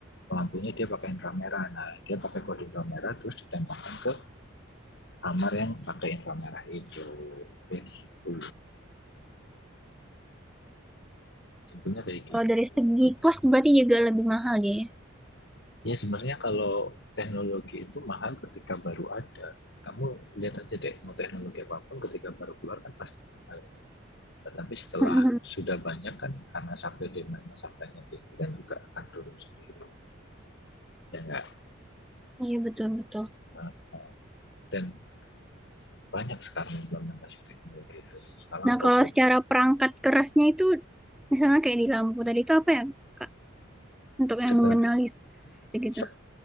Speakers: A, on the left (about 55°); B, in the centre.
A: lampunya dia pakai inframerah. Nah, dia pakai kode inframerah terus ditembakkan ke kamar yang pakai inframerah itu. Kayak gitu. Simpelnya kayak gitu.
B: Kalau dari segi cost berarti juga lebih mahal dia ya.
A: Ya sebenarnya kalau teknologi itu mahal ketika baru ada. Kamu lihat aja deh, mau teknologi apapun ketika baru keluar kan pasti mahal. Tetapi setelah
B: <laughs>
A: sudah banyak kan, karena supply demand-nya, supply-nya tinggi kan juga akan turun sendiri. Ya enggak?
B: Iya betul betul.
A: Nah, Dan banyak sekarang implementasi teknologi itu. Sekarang
B: Nah
A: robot,
B: kalau secara perangkat kerasnya itu misalnya kayak di lampu tadi itu apa ya Kak? Untuk
A: sebenarnya
B: yang mengenali gitu-gitu.
A: se-